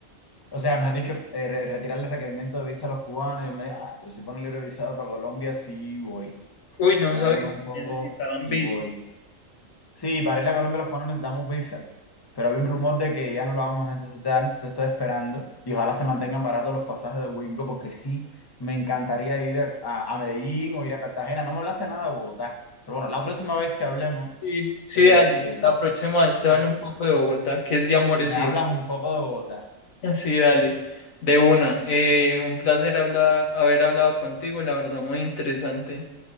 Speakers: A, on the left; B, on the left.
A: O sea, me has dicho, eh, re- retirarle el requerimiento de visa a los cubanos. Y yo me dije, ah, pero si pone libre visado para Colombia, sí voy.
B: uy, no
A: Reúno
B: sabía que
A: un poco
B: necesitaban
A: y
B: visa.
A: voy. Sí, para ir a Colombia los cubanos necesitamos visa, pero había un rumor de que ya no lo vamos a necesitar, entonces estoy esperando y ojalá se mantengan baratos los pasajes de Wingo porque sí, me encantaría ir a, a- a Medellín o ir a Cartagena. No me hablaste nada de Bogotá, pero bueno, la próxima vez que hablemos,
B: Sí, sí,
A: eh,
B: dale. La próxima vez te
A: te-
B: hablo un poco de Bogotá, que es de amores
A: me
B: y...
A: hablas un poco de Bogotá.
B: <laughs> Sí, dale. De una. Eh, un placer hablar, haber hablado contigo, la verdad, muy interesante.